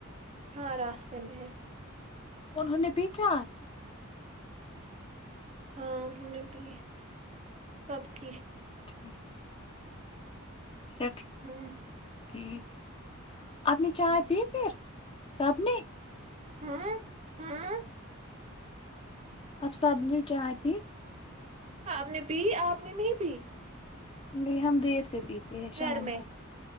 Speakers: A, on the right; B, on the left.
A: ہاں راستے میں ہے
B: انہوں نے پیچھا
A: ہاں انہوں نے پی کب کی
B: ٹھیک اچھا
A: ہ
B: ٹھیک اپنی چائے
A: ہ
B: پ پھر سبنی
A: ہاں ہاں
B: اب سبزی چائے پ
A: آپ نے پی آپ نے نہیں پی
B: نہیں ہم دیر سے پیتے ہیں شام
A: گھر میں
B: کو